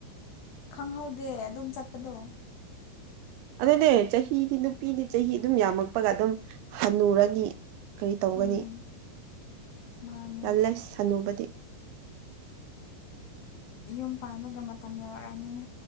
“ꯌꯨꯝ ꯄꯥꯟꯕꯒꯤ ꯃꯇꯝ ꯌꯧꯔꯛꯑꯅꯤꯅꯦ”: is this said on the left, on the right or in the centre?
Left